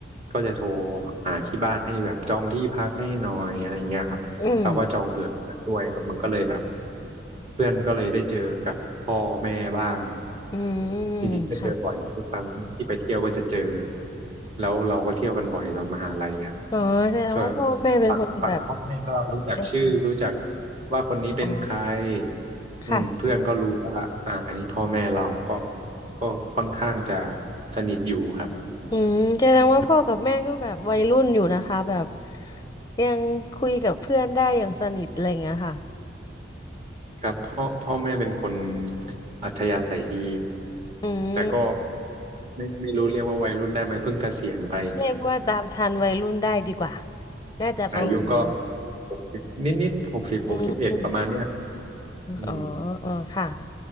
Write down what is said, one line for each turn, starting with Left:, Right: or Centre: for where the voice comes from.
Right: ก็จะโทรหาที่บ้านให้แบบจองที่พักให้หน่อยอะไรเงี้ยครับเราก็จองเผื่อเพื่อนด้วยก็มันก็เลยแบบ
Left: อืม
Right: เพื่อนก็เลยได้เจอกับพ่อแม่บ้าง
Left: อืม
Right: จริงๆก็เจอบ่อยทุกครั้งที่ไปเที่ยวก็จะเจอ
Left: ค่ะ
Right: แล้วเราก็เที่ยวกันบ่อยตอนมหาลัยครับ
Left: อ๋อแสดงว่าพ่อแม่เป็นคนแบบ
Right: เธอฝั่งฝั่งพ่อแม่ก็รู้จักชื่อรู้จัก
Left: ใจดี
Right: ว่าคนนี้เป็นใคร
Left: อ๋อ
Right: อืมเพื่อนก็รู้ว่าอ่าอันนี้พ่อแม่เราก็
Left: ค่ะ
Right: ก็ค่อนข้างจะสนิทอยู่ครับ
Left: อืมแสดงว่าพ่อกับแม่ก็แบบวัยรุ่นอยู่นะคะแบบยังคุยกับเพื่อนได้อย่างสนิทอะไรอย่างเงี้ยค่ะ
Right: ครับพ่อพ่อแม่เป็นคนอัธยาศัยดี
Left: อืม
Right: แต่ก็ไม่ไม่รู้เรียกว่าวัยรุ่นได้ไหมเพิ่งเกษียณไป
Left: เรียกว่าตามทันวัยรุ่นได้ดีกว่าน่าจะประมาณนี้
Right: อายุก็หกสิบนิดนิดหกสิบหกสิบเอ็ดประมาณเนี้ย
Left: อืมอมอ๋อ
Right: อืม
Left: อ๋อค่ะ